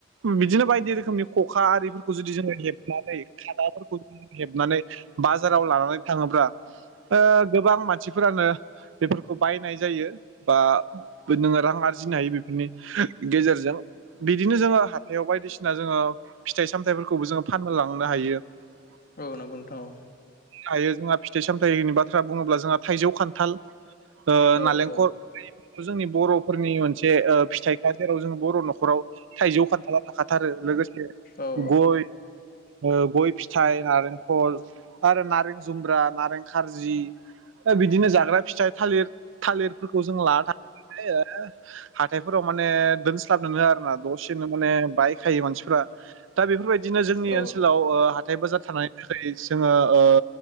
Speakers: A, on the right; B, on the left.
A: बिदिनो बायदि रोखोमनि खखा आरिफोरखौ जुदि जोङो हेबनानै खादाफोरखौ ज हेबनानै बाजाराव लानानै थाङोब्ला गोबां ओ मानसिफोरानो बेफोरखौ बायनाय जायो बा नोङो रां आरजिनो हायो बेफोरनि गेजेरजों बिदिनो जोङो हाथायाव बायदिसिना जोङो फिथाइ सामथायाइफोरखौबो जोङो फानलांनो हायो। <inaudible>
B: औ नंगौनोथां औ
A: हायो जोंहा फिथाइ साम थायनि बाथ्रा बुङोब्ला जोंहा थाइजौ, खान्थाल ओ,
B: औ
A: नालेंखर
B: औ
A: जोंनि बर-फोरनि मोनसे ओ फिथाइखा जेराव जों बर न'खराव थाइजौ, खान्थाला थाखाथारो। लोगोसे
B: औ
A: गय गय फिथाइ, नारेंखल आरो नारें जुम्ब्रा, नारें खार्जि बिदिनो जाग्रा फिथाइ थालिर थालिरफोरखौ जों लाना थांङो ओ हाथायफोराव माने दोनस्लाबनोनो आरो ना दसेनो माने बायखायो मानसिफोरा दा बेफोरबायदिनो जोंनि
B: औ
A: ओनसोलाव ओ हाथाय बाजार थानायनि थाखाय जोङो ओ